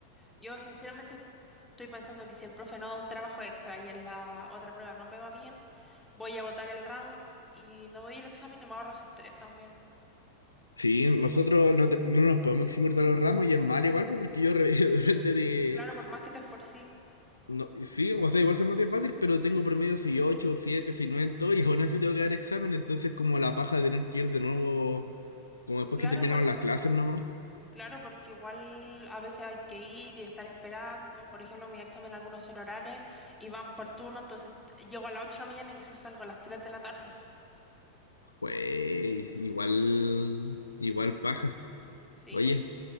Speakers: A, in the centre; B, on the left (about 80°).
A: yo sinceramente estoy pensando que si el profe no da un trabajo extra y en la otra prueba no me va bien, voy a botar el round y no doy el examen y me ahorro ese estrés también.
B: Sí, nosotros no, te- no nos podemos eximir de los ramos y es mal igual, pues, porque yo re- <laughs> de repente de...
A: Claro, por más que te esforcí.
B: no- sí, o sea, igual se me hace fácil, pero tengo promedio 8, 7, 9 en todo y aún así tengo que dar examen, entonces como la paja de tener que ir de nuevo, como después
A: Claro,
B: que terminaron
A: porque
B: las clases nomás,
A: Claro, porque igual a veces hay que ir y estar esperando. Por ejemplo, mi examen algunos son orales y van por turno, entonces t- llego a las ocho de la mañana y quizás salgo a las tres de la tarde.
B: pues igual, igual paja.
A: Sí,
B: Oye,